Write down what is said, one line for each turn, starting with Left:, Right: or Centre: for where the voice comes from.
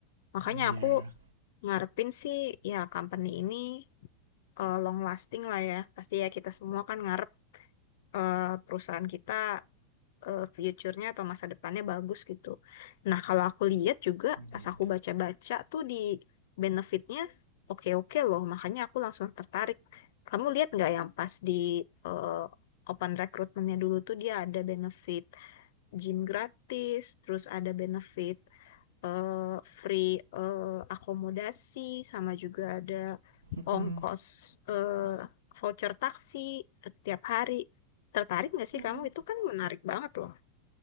Left: Makanya
Right: iya
Left: aku ngarepin sih ya company ini eh, long lasting lah ya. Pasti ya kita semua kan ngarep eh, perusahaan kita eh, future-nya atau masa depannya bagus gitu. Nah kalau aku lihat juga
Right: iya
Left: pas
Right: iya.
Left: aku baca-baca tuh di benefitnya oke-oke loh. Makanya aku langsung tertarik. Kamu lihat nggak yang pas di eh, open recruitment-nya dulu tuh dia ada benefit gym gratis, terus ada benefit eh, free eh, akomodasi sama juga ada
Right: Mm-mm.
Left: ongkos eh, voucher taksi tiap hari. Tertarik nggak sih
Right: Hmm.
Left: kamu? Itu kan menarik banget loh.